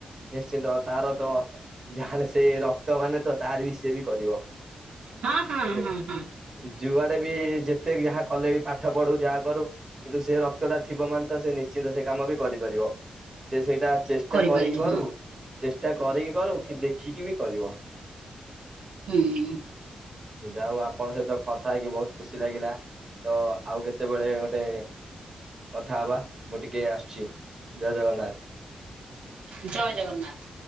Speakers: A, on the right; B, on the right.
A: ନିଶ୍ଚିନ୍ତ ତାର ତ ଯାଲେ ସେ ରକ୍ତ ମାନେ ତ ତାର ବି ସେବି କରିବ।
B: ହଁ ହଁ
A: ଯେ
B: ହଁ ହଁ
A: ଯୁଆଡେ ବି ଯେତେ ଯାହା କଲେ ପାଠ ପଢୁ ଯାହା କରୁ କିନ୍ତୁ ସେ ରକ୍ତଟା ଥିବ ମାନେ ତ ସେ ନିଶ୍ଚିନ୍ତ ସେ କାମ ବି କରିପାରିବ ସେ ସେଇଟା ଚେଷ୍ଟ ଚେଷ୍ଟା
B: କରିପାରିବ
A: କରିକି କରୁ
B: ହଁ
A: ଚେଷ୍ଟା କରିକି କରୁ କି ଦେଖିକି ବି କରିବ
B: ହୁଁ
A: ଯାହା ହଉ ଆପଣଙ୍କ ସହିତ କଥା ହେଇକି ବହୁତ ଖୁସି ଲାଗିଲା ତ ଆଉ କେତେବେଳେ ଗୋ ଗୋଟେ କଥା ହବା ମୁଁ ଟିକେ ଆସୁଛି ଜୟ ଜଗନ୍ନାଥ
B: ଜୟ ଜଗନ୍ନାଥ!